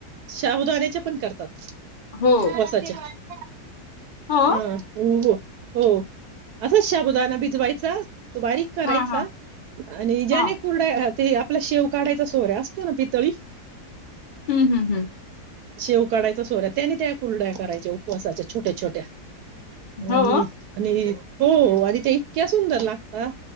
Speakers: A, on the right; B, on the left.
A: शाबुदान्याच्या <unintelligible>
B: हो
A: उपवासाचे हम्म
B: हो
A: हो हो हो असच साबुदाणा भिजवायचा तो बारिक करायचा
B: हा हा
A: आणि ज्याने
B: हा
A: कुरड्या ते आप आपला शेव काढायचा सोऱ्या अस. <unintelligible>
B: हं हं हं
A: शेव कडायचा सोऱ्या त्याने त्या कुरड्या करायच्या उपवासाच्या छोट्या छोट्या <unintelligible>
B: हो
A: हो आणि त्या इतक्या सुदंर लागता.